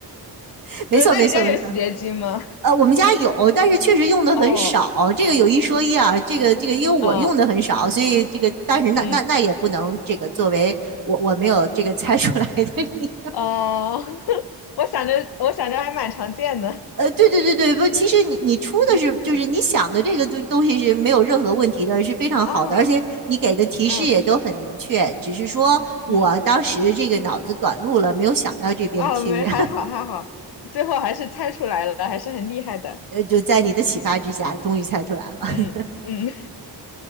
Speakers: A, on the right; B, on the left.
A: <laughs> 没错没错没错。
B: 不是，那你家有洗洁精吗？
A: 呃，我们家有，但是确实用的很少。
B: 哦，
A: 这个有一说一啊，这个这个，因为我用的很少，
B: 啊，
A: 所以这个，但是那那那也不能这个作为我我没有这个猜出来的。
B: 嗯，
A: <laughs>
B: 哦，<laughs> 我想着，我想着还蛮常见的。
A: 呃，对对对对，不，其实你你出的是就是你想的这个东东西是没有任何问题的，
B: <laughs> 嗯嗯
A: 是非常好的，
B: 啊，
A: 而且你给的提示也都很明确，
B: 嗯
A: 只是说我当时这个脑子短路了，
B: 嗯。
A: 没有想到这边去，
B: 啊，没，还好还好，最后还是猜出来了，还是很厉害的。
A: <laughs> 呃，就在你的启发之下，终于猜出来了。
B: 嗯嗯